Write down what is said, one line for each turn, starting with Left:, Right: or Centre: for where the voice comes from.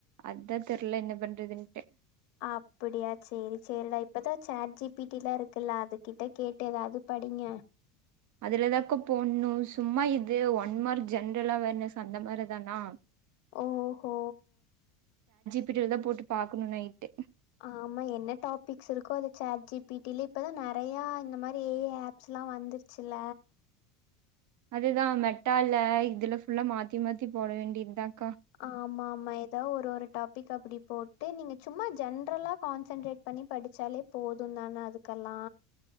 Right: அதா தெர்ல என்ன பண்றதுன்
Left: அப்டியா செரி செரிடா இப்பதா சேட் ஜிபிடி லா இருக்குல அது கிட்ட கேட்டு எதாவ்து படிங்க
Right: அதுலதாக்கா போட்ணு சும்மா இது ஒன்மார்க் ஜென்ரல் அவேர்னஸ் அந்த மாரி தானா
Left: ஓ ஹோ
Right: டில தா போட்டு பாக்கணு நைட்டு
Left: ஆமா என்ன டாபிக்ஸ் இருக்கோ அத சாட் ஜி பி டி ல இப்பதா நெறய இந்த மாரி ஏ ஐ ஆப்ஸ்ல்லா வந்துருச்சுல
Right: அதுதா மெட்டால இதுல ஃபுல்லா மாத்தி மாத்தி போட வேண்டித்தா
Left: ஆமா ஆமா எதா ஒரு ஒரு டாபிக் அப்டி போட்டு நீங்க சும்மா ஜென்ரலா கான்சன்ட்ரேட் பண்ணி படிச்சாலே போது தானே அதுக்கெல்லா